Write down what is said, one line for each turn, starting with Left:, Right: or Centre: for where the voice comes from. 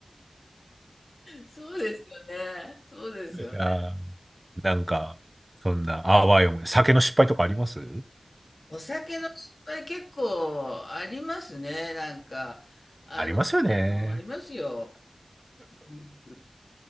Left: そうですよね。そうですよね。
Right: て。あーなんか、そんな、あわよも、酒の失敗とかあります
Left: お酒の失敗結構ありますね、なんか。あの、
Right: ありますよね。
Left: ありますよ。うん